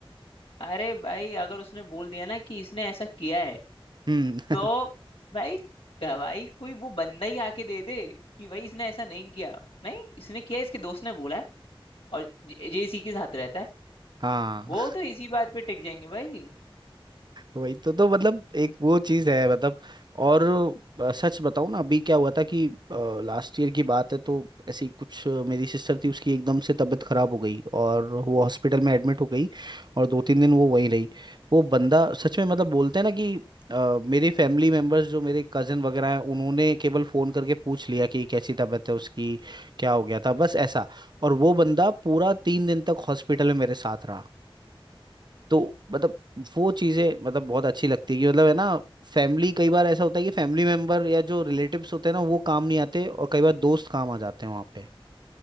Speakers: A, on the left; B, on the right.
A: अरे भाई अगर उसने बोल दिया ना कि इसने ऐसा किया है
B: हम्म
A: तो भाई गवाही कोई वो बंदा ही आके दे दे कि भाई इसने ऐसा नहीं किया नहीं इसने किया इसके दोस्त ने बोला है और जे जे इसी के साथ रहता है
B: <laughs> हाँ
A: वो तो इसी बात पे टिक जाएंगे भाई
B: वही तो तो मतलब एक वो चीज है मतलब और अ, सच बताऊं ना अभी क्या हुआ था कि लास्ट ईयर की बात है तो ऐसी कुछ अ, मेरी सिस्टर थी उसकी एकदम से तबीयत खराब हो गई और वो हॉस्पिटल में एडमिट हो गई और दो तीन दिन वो वहीं रही वो बंदा सच में मतलब बोलते हैं ना कि अ, मेरे फैमिली मेंबर्स जो मेरे कजन वगैरह हैं उन्होंने केवल फोन करके पूछ लिया कि कैसी तबीयत है उसकी क्या हो गया था बस ऐसा और वो बंदा पूरा तीन दिन तक हॉस्पिटल में मेरे साथ रहा तो मतलब वो चीजें मतलब बहुत अच्छी लगती है कि मतलब है ना फैमिली कई बार ऐसा होता है कि फैमिली मेंबर या जो रिलेटिव्स होते हैं ना वो काम नहीं आते और कई बार दोस्त काम आ जाते हैं वहां पे